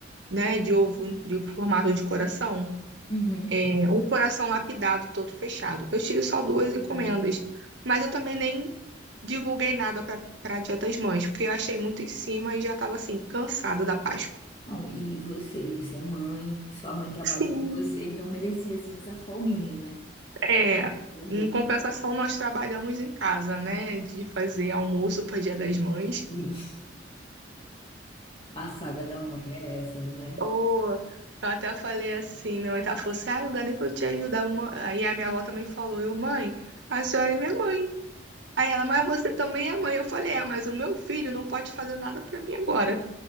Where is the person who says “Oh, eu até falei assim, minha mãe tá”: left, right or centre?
Right